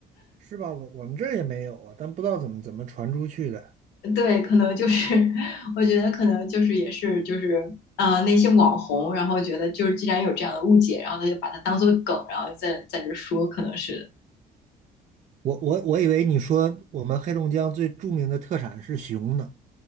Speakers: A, on the right (about 45°); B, on the left (about 90°).
A: 是吧？我我们这儿也没有啊，但不知道怎么怎么传出去的。
B: 对，可能就是，我觉得可能就是也是就是，呃，那些网红，然后觉得就是既然有这样的误解，然后他就把它当做梗，然后在在这说，可能是。
A: 我我我以为你说我们黑龙江最著名的特产是熊呢。